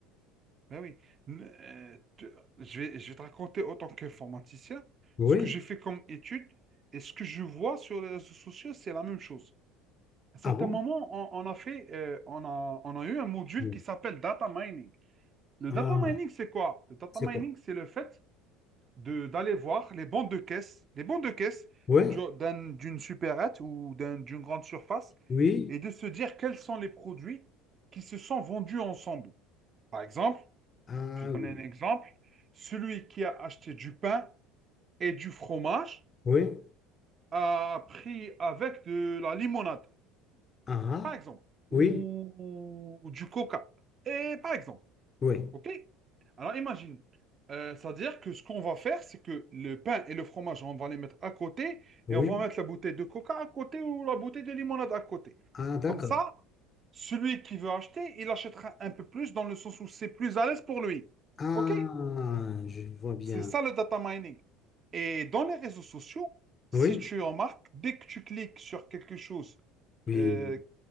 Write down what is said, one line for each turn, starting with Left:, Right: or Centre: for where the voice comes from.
Right: Ben oui. N- euh, te- je vais, je vais te raconter, autant tant qu'informaticien,
Left: oui.
Right: ce que j'ai fait comme étude et ce que je vois sur les réseaux sociaux, c'est la même chose. À un certain
Left: Ah bon?
Right: moment, on, on a fait, euh, on a, on a eu un module
Left: Oui.
Right: qui s'appelle data mining. Le
Left: Ah,
Right: data mining, c'est quoi? Le data
Left: c'est
Right: mining,
Left: quoi?
Right: c'est le fait de d'aller voir les bancs de caisse, les bancs de caisse
Left: Oui?
Right: du- d'un- d'une supérette ou d'un- d'une grande surface
Left: Oui?
Right: et de se dire quels sont les produits qui se sont vendus ensemble. Par exemple,
Left: Ah,
Right: je vais
Left: oui.
Right: donner un exemple, celui qui a acheté du pain et du fromage
Left: Oui?
Right: a pris avec de la limonade,
Left: Ah,
Right: par exemple,
Left: oui?
Right: ou, ou du coca. Et par exemple,
Left: Oui?
Right: OK? Alors imagine, Euh, c'est-à-dire que ce qu'on va faire, c'est que le pain et le fromage, on va les mettre à côté
Left: Oui?
Right: et on va mettre la bouteille de coca à côté ou la bouteille de limonade à côté.
Left: Ah, d'accord.
Right: Comme ça, celui qui veut acheter, il achètera un peu plus dans le sens où c'est plus à l'aise pour lui.
Left: Ah,
Right: OK?
Left: je vois bien.
Right: C'est ça le data mining. Et dans les réseaux sociaux, si
Left: Oui?
Right: tu remarques, dès que tu cliques sur quelque chose,
Left: Oui?
Right: euh,